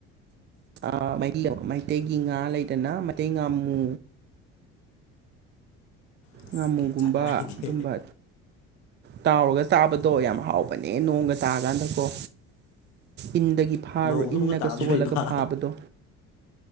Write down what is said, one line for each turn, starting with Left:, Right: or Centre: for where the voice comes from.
Right: ꯑ ꯃꯩꯂ ꯃꯇꯩꯒꯤ ꯏ ꯍꯥ ꯂꯩꯥꯏꯗꯅ ꯃꯇꯩ ꯉ ꯑꯃꯨ
Left: ꯑꯁ
Right: ꯉꯥꯃꯨꯒꯨꯝꯕ
Left: ꯀꯩ ꯆꯥꯟꯅꯔꯤꯒꯦ
Right: ꯑꯗꯨꯝꯕ ꯇꯥꯎꯔꯒ ꯆꯥꯕꯗꯣ ꯌꯥꯝ ꯍꯥꯎꯕꯅꯦ ꯅꯣꯡꯒ ꯇꯥꯀꯥꯟꯗꯀꯣ ꯏꯟꯗꯒꯤ ꯐꯥꯔꯣ
Left: ꯅꯣꯡꯁꯨ
Right: ꯏꯟꯅꯒ
Left: ꯑꯃꯨꯛꯀ ꯇꯥꯗꯣꯔꯤꯕ
Right: ꯆꯣꯜꯂꯒ ꯐꯥꯕꯗꯣ